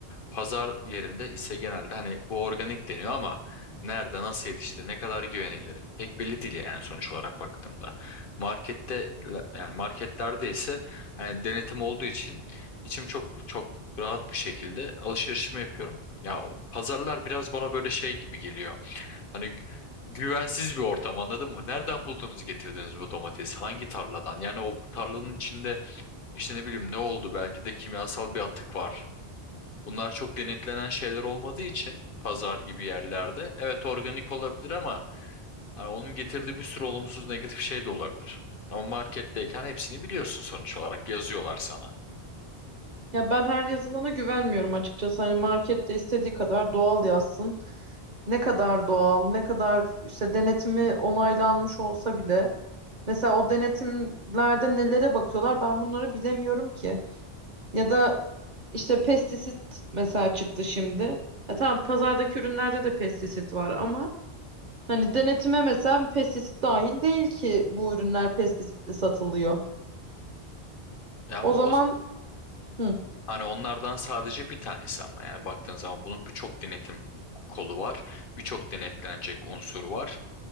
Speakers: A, on the left; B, on the right.
A: Pazar yerinde ise genelde hani bu organik deniyor ama Nerede, nasıl yetişti, ne kadar güvenilir? Pek belli değil yani sonuç olarak baktığımda. Markette yani marketlerde ise hani denetim olduğu için içim çok çok rahat bir şekilde alışverişimi yapıyorum. Ya o pazarlar biraz bana böyle şey gibi geliyor. Hani gü- güvensiz bir ortam anladın mı? Nereden buldunuz getirdiniz bu domatesi? Hangi tarladan? Yani o tarlanın içinde işte ne bileyim ne oldu? Belki de kimyasal bir atık var. Bunlar çok denetlenen şeyler olmadığı için pazar gibi yerlerde evet organik olabilir ama hani onun getirdiği bir sürü olumsuz negatif şey de olabilir. Ama marketteyken hepsini biliyorsun sonuç olarak yazıyorlar sana.
B: Ya ben her yazılana güvenmiyorum açıkçası. Hani markette istediği kadar doğal yazsın. Ne kadar doğal, ne kadar işte denetimi onaylanmış olsa bile. Mesela o denetimlerde nelere bakıyorlar ben bunları bilemiyorum ki. Ya da işte pestisit mesela çıktı şimdi. Ya tamam pazardaki ürünlerde de pestisit var ama hani denetime mesela pestisit dahil değil ki bu ürünler pestisitli satılıyor.
A: E ama
B: O zaman
A: o
B: hı.
A: hani onlardan sadece bir tanesi ama yani baktığın zaman bunun birçok denetim kolu var. Birçok denetlenecek unsur var.